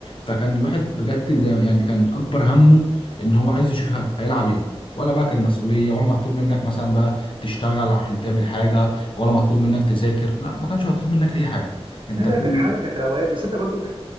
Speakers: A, on the left; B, on the right.
A: فكان الواحد بجد زي يعني كان اكبر همه ان هو عايز يشوف ه- هيلعب ايه ولا بقى كان مسؤوليه ولا مطلوب منك مثلا بقى تشتغل عشان تعمل حاجه ولا مطلوب منك تذاكر لا ما كانش مطلوب منك اي حاجه انت
B: لا لا
A: كل
B: كانت حاله كانت روقان بس انت برضو